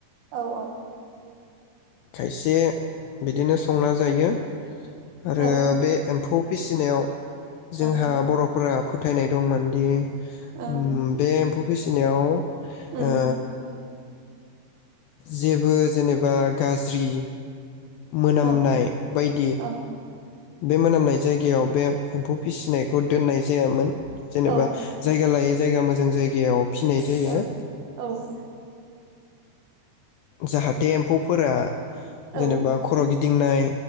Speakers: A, on the right; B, on the left.
A: औ औ
B: खायसे बिदिनो संना जायो आरो
A: औ
B: बे एम्फौ फिसिनायाव जोंहा
A: ओं
B: बर'फोरा फोथ फोथायनाय दंमोनदि
A: ओं
B: ओम बे एम्फौ फिसिनायाव
A: उम
B: ओ जेबो जेनेबा गाज्रि मोनामनाय
A: औ
B: बायदि
A: औ
B: बे मोनामनाय जायगायाव बे एम्फौ फिसिनायखौ दोननाय जायामोन जेनेबा
A: औ
B: जायगा लायै जा जायगा मोजां जायगायाव फिनाय जायो
A: औ औ
B: जाहाथे एम्फौफोरा
A: औ
B: जेनेबा खर' गि दिंनाय